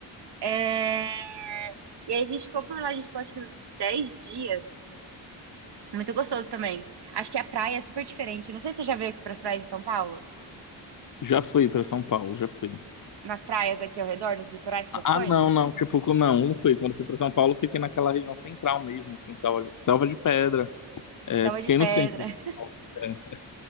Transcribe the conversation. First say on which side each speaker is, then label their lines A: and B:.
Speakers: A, on the right (about 55°); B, on the left (about 45°).
A: É, E aí a gente ficou por lá, a gente ficou acho que uns 10 dias. Muito gostoso também. Acho que a praia é super diferente. Não sei se você já veio aqui pras praias de São Paulo.
B: Já fui pra São Paulo, já fui.
A: Nas praias aqui ao redor, nos litorais, você já foi?
B: Ah, não, não, tipo, não, não fui. Quando fui pra São Paulo, fiquei naquela região central mesmo, assim, Selva, Selva de Pedra. É,
A: Salva
B: fiquei
A: de Pedra.
B: no centro. é.